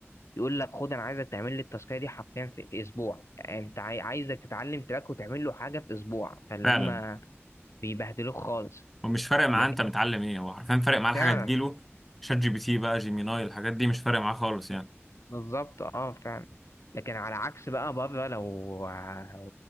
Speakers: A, on the left (about 80°); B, in the centre.
A: يقول لك خد انا عايزك تعمل لي التاسكية دي حرفيا في, في اسبوع يعني انت عاي- عايزك تتعلم تراك وتعمل له حاجة في اسبوع فاللي
B: فعلا
A: هم بيبهدلوك خالص
B: هو مش فارق معاه
A: لكن
B: انت متعلم ايه هو حرفيا فارق معاه الحاجة
A: فعلا
B: تجيله شات جي بي تي بقى جيميناي الحاجات دي مش فارق معاه خالص يعني
A: بالظبط اه فعلا لكن على عكس بقى بره لو ع-